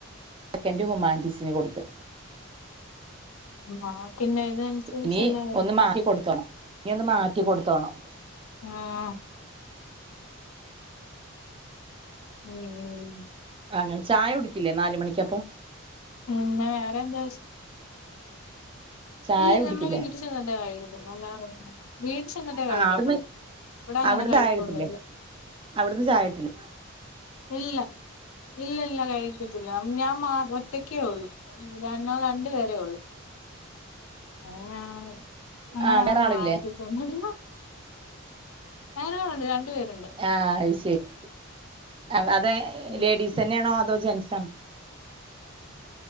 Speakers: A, on the right (about 25°); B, on the left (about 75°).
A: സെക്കന്റ് ഹുമാൻ്റീസിന് കൊട്ത്ത്
B: മാർക്കിന്റെ ഇതനുസരിച്ചല്ലേ
A: ഇനീ ഒന്ന് മാറ്റി കൊട്ത്തോണം ഇനി ഒന്ന് മാറ്റി കൊട്ത്തോണം
B: ആഹ് ഉം ഉം
A: അങ്ങനെ. ചായ കുടിക്കില്ലേ നാല് മണിക്കപ്പൊ
B: പിന്നെ വേറെന്താ വിഷ്
A: ചായ
B: ഇല്ല
A: കുടിക്കില്ലേ
B: നമ്മളെ വീട്ടി ചെന്നിട്ടെ കഴിക്കത്തൊള്ളൂ. അല്ലാതെ <unintelligible> വീട്ടി ചെന്നിട്ടേ കഴിക്കത്തോള്ളൂ
A: ആ അവിടുന്ന്
B: ഇവിടെ അങ്ങനെ
A: അവിടുന്ന്
B: കഴിപ്പൊന്നൂല്ല
A: ചായ കിട്ടില്ലേ അവിടുന്ന് ചായ കിട്ടില്ലേ
B: ഇല്ല ഇല്ല ല്ല കഴി കത്തില്ലാ. ഞാൻ ഞാൻ മാ ഒറ്റക്കേ ഒള്ളൂ രണ്ടോ രണ്ട് പേരേ ഒള്ളൂ <unintelligible> അങ്ങനെമ്മള്
A: ആ വേറെ ആളില്ലേ
B: വാങ്ങിക്കത്തൊന്നുല്ല <unintelligible> രണ്ട് പേര്ണ്ട്
A: ആഹ് അയ് ശരി. അത അതെ
B: ഉം
A: ലേഡീസെന്നെണോ അതോ ജെന്റ്സണോ